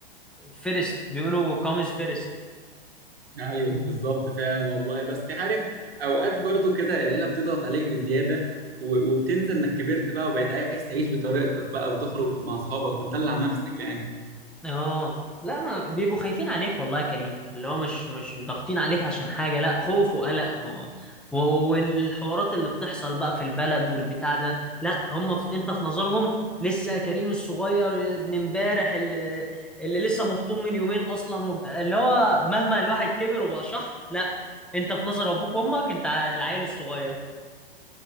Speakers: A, in the centre; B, on the right.
A: فيرست بيقولوا كومز فيرست
B: ايوه بالظبط فعلا والله بس تعرف اوقات برضو كده العيلة بتضغط عليك بزيادة و- وبتنسى انك كبرت بقى وبقيت عايز تعيش بطريقتك بقى وتخرج مع اصحابك وتدلع نفسك يعني
A: اه لا ما بيبقوا خايفين عليك والله يا كريم اللي هو مش مش ضاغطين عليك عشان حاجة لا خوف وقلق ما و- والحوارات اللي بتحصل بقى في البلد والبتاع ده لا هم في انت في نظرهم لسه كريم الصغير ابن امبارح اللي, اللي لسه مفطوم من يومين اصلا وبتاع اللي هو مهما الواحد كبر وبقى شحط لا انت في نظر ابوك وامك انت ع- العيل الصغير